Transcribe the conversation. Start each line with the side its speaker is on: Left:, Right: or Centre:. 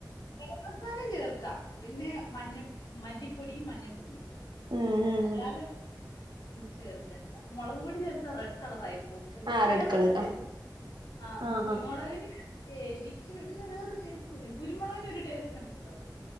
Left: ഗരം മസാല ചേർക്കാം പിന്നെ മഞ്ഞ മല്ലിപ്പൊടിയും മഞ്ഞപ്പൊടിയും
Right: ഉം ഉം
Left: അല്ലാതെ
Right: ഉം
Left: ചേർക്കണ്ടാ മുളക് പൊടി ചേർത്ത റെഡ് കളർ ആയി ഒരു
Right: ആ റെഡ്
Left: വേറൊരു
Right: കളർ
Left: ടേസ്റ്റ്
Right: ആ
Left: ആഹ്
Right: ആഹാ
Left: കുരുമുളകിന് ഏരിക്കുംഇടുന്ന വേറൊരു ടേസ്റ്റ് വരും കുരുമുളകിനു ഒരു ടേസ്റ്റ് ഉണ്ടല്ലോ